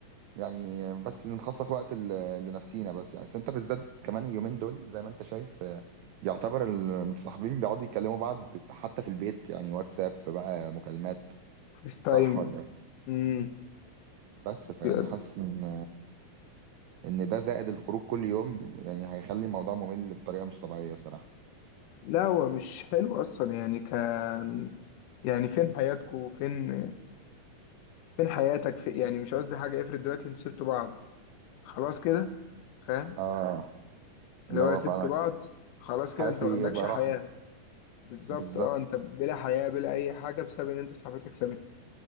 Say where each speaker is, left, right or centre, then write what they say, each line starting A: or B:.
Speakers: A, on the right; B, on the left.
A: يعني بس نخصص وقت ل- لنفسينا بس يعني بس انت بالذات كمان اليومين دول زي ما انت شايف آه، يعتبر المتصاحبين بيقعدوا يكلموا بعض حتى في البيت يعني واتساب بقى مكالمات
B: فيس تايم
A: صح ولا ايه
B: مم.
A: بس فيعني
B: بي-
A: حاسس ان ان ده زائد الخروج كل يوم يعني هيخلي الموضوع ممل بطريقة مش طبيعية صراحة
B: لا هو مش حلو أصلا يعني كان يعني فين حياتكوا فين فين حياتك في يعني مش قصدي حاجة افرض دلوقتي انتوا سبتوا بعض خلاص كده فاهم
A: اه اللي
B: اللي هو
A: هو
B: سبتوا
A: فعلا
B: بعض خلاص
A: حياتي
B: كده انت ما عندكش
A: بقى
B: حياة
A: راحت
B: بالظبط
A: بالظبط
B: اه انت بلا حياة بلا أي حاجة بسبب ان انت صاحبتك سابتك